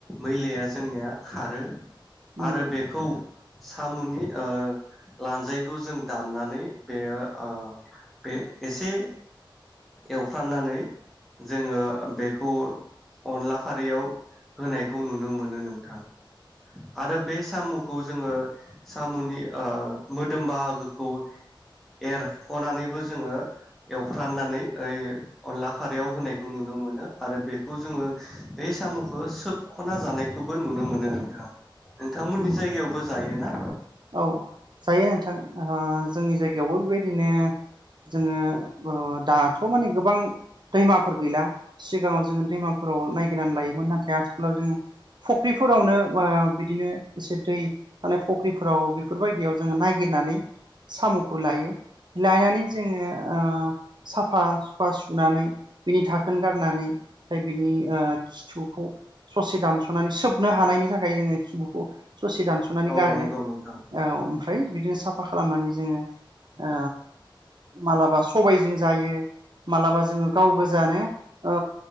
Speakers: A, in the centre; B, on the right.
A: मैलाया जोंनिया खारो
B: नंगौ
A: आरो बेखौ सामुनि ओ लानजायखौ जों दाननानै बेयो ओ बे एसे एवफ्राननानै जोङो बेखौ अनला खारैयाव होनायखौ नुनो मोनो नोंथां आरो बे सामुखौ जोङो सामुनि ओ मोदोम बाहागोखौ एरखनानैबो जोङो एवफ्राननानै ओइ अनला खारैयाव होनायखौ नुनो मोनो आरो बे खु जोङो बे सामुखो सोबख'ना जानायखौबो नुनो मोनो नोंथां। नोंथांमोननि
B: नंगौ।
A: जायगायावबो जायोना?
B: औ जायो नोंथां आ जोंनि जायगायावबो बेबायदिनो जोङो ओ दाथ' माने गोबां दैमाफोर गैला। सिगाङाव जोङो दैमाफोराव नायगिरनानै लायोमोन नाथाय आथिखालाव जोङो फुख्रिफोरावनो ओ बिदिनो एसे दै थानाय फख्रिफोराव बेफोरबायदियाव जोङो नायगिरनानै साम' फुलायो लायनानै जोङो ओ साफा सुफा सुनानै बिनि थाखोन गारनानै बिनि खिथुखौ ससे दानस'नानै सोबनो हानायनि थाखाय जोङो खिबुखौ ससे दानस'नानै
A: औ
B: गारो
A: नंगौ नोंथां
B: औ आमफाय बिदिनो साफा खालामनानै जोङो ओ मालाबा सबायजों जायो मालाबा जोङो गाव गोजानो ओ